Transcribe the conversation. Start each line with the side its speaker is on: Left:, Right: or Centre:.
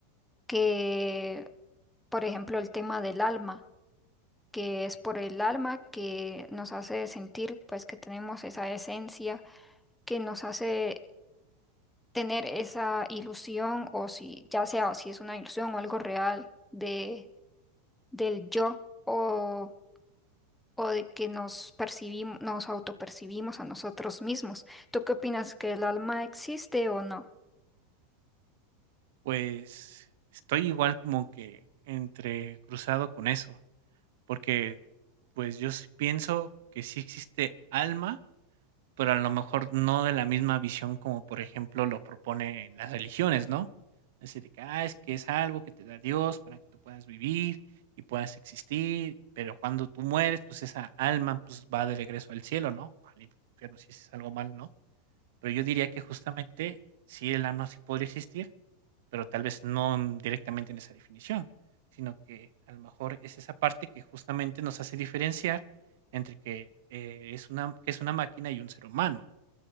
Centre: que por ejemplo, el tema del alma, que es por el alma que nos hace sentir pues que tenemos esa esencia, que nos hace tener esa ilusión o si ya sea si es una ilusión o algo real de del yo o o de que nos percibimos, nos autopercibimos a nosotros mismos. ¿Tú qué opinas que el alma existe o no?
Right: Pues estoy igual como que entre cruzado con eso, porque pues yo sí pienso que sí existe alma pero a lo mejor no de la misma visión como, por ejemplo, lo proponen las religiones, ¿no? Así de que, ah, es que es algo que te da Dios para que tú puedas vivir y puedas existir, pero cuando tú mueres, pues esa alma pues va de regreso al cielo, ¿no? O al infierno, si es algo mal, ¿no? Pero yo diría que justamente sí el alma sí podría existir, pero tal vez no en- directamente en esa definición, sino que a lo mejor es esa parte que justamente nos hace diferenciar entre que, eh, es una, que es una máquina y un ser humano